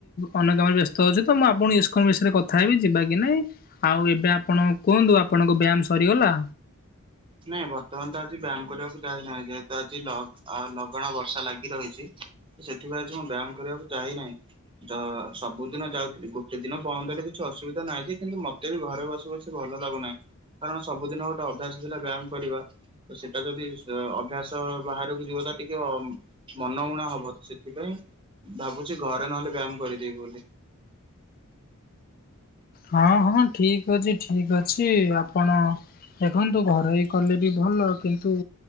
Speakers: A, on the left; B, on the right.
A: ଅନ୍ୟ କାମରେ ବ୍ୟସ୍ତ ଅଛି ତ ମୁଁ ଆପଣ ଇସ୍କନ୍ ବିଷୟରେ କଥା ହେବି ଯିବା କି ନାଇଁ। ଆଉ ଏବେ ଆପଣ କୁହନ୍ତୁ ଆପଣଙ୍କ ବ୍ୟାମ ସରିଗଲା?
B: ନାଇଁ ବର୍ତ୍ତମାନ ତ ଆଜି ବ୍ୟାମ କରିବାକୁ ଯାଇନାହିଁ ଯେହେତୁ ଆଜି ଲଗ୍ ଆ ଲଗାଣ ବର୍ଷା ଲାଗି ରହିଚି। ତ ସେଥିପାଇଁ ଆଜି ମୁଁ ବ୍ୟାମ କରିବାକୁ ଯାଇନାହିଁ। ଯ ସବୁଦିନ ଯାଉଥିଲି ଗୋଟେ ଦିନ ବନ୍ଦ ହେଲେ କିଛି ଅସୁବିଧା ନାହିଁ ଯେ କିନ୍ତୁ ମ ମତେ ବି ଘରେ ବସି ବସି ଭଲ ଲାଗୁନାହିଁ କାରଣ ସବୁଦିନ ଗୋଟେ ଅଭ୍ୟାସ ଥିଲା ବ୍ୟାମ କରିବା। ତ ସେଟା ଯଦି ସେ ଅଭ୍ୟାସ ବାହାରକୁ ଯିବ ତା ଟିକେ ଅ ମନଉଣା ହବ ତ ସେଥିପାଇଁ ଭାବୁଛି ଘରେ ନହେଲେ ବ୍ୟାମ କରିଦେବି ବୋଲି।
A: ହଁ ହଁ ଠିକ ଅଛି ଠିକ ଅଛି ଆପଣ ଦେଖନ୍ତୁ ଘରୋଇ କଲେ ବି ଭଲ କିନ୍ତୁ